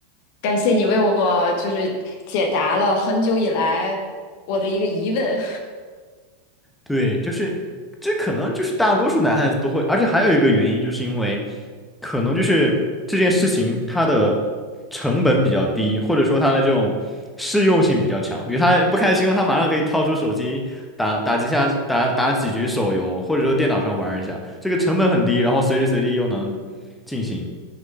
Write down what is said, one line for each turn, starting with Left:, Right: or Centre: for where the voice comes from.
Left: 感谢你为我就是解答了很久以来我的一个疑问，
Centre: 对，就是这可能就是大多数男孩子都会，而且还有一个原因，就是因为可能就是这件事情它的成本比较低，或者说它的这种适用性比较强。比如他不开心了，他马上可以掏出手机打打几下，打打几局手游，或者说电脑上玩一下，这个成本很低，然后随时随地又能进行。